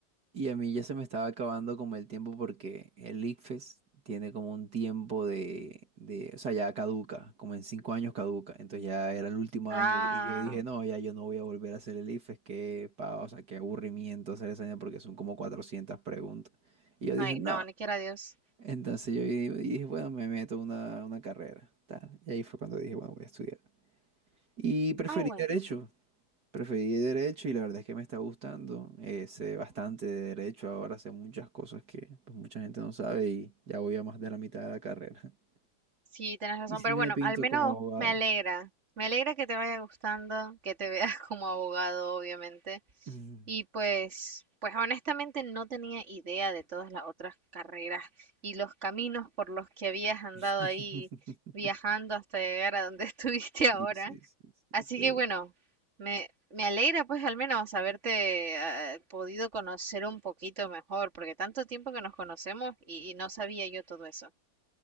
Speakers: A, on the right; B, on the right.
A: Y a mí ya se me estaba acabando como el tiempo porque el ICFES tiene como un tiempo de, de, o sea, ya caduca, como en cinco años caduca. Entonces ya era el último
B: Ah,
A: año y y yo dije, no, ya yo no voy a volver a hacer el ICFES, qué pava, o sea, qué aburrimiento hacer esa vaina porque son como 400 preguntas. Y yo dije,
B: ay,
A: no.
B: no, ni quiera Dios.
A: Entonces yo di- dije, bueno, me meto a una, una carrera, tal. Y ahí fue cuando dije, bueno, voy a estudiar. Y preferí
B: Ah, bueno.
A: derecho, Preferí derecho y la verdad es que me está gustando. Eh, sé bastante de derecho ahora, sé muchas cosas que pues, mucha gente no sabe y ya voy a más de la mitad de la carrera. <laughs>
B: Sí, tenés razón,
A: Y sí
B: pero
A: me
B: bueno,
A: pinto
B: al menos
A: como abogado.
B: me alegra. Me alegra que te vaya gustando, que te veas <laughs> como abogado, obviamente.
A: Ujú.
B: Y pues, pues honestamente no tenía idea de todas las otras carreras y los caminos por los que habías andado
A: <laughs>
B: ahí viajando hasta llegar a donde <laughs> estuviste ahora.
A: Sí, sí, sí,
B: Así
A: sí, sí.
B: que bueno, me, me alegra pues al menos haberte eh, podido conocer un poquito mejor, porque tanto tiempo que nos conocemos y y no sabía yo todo eso.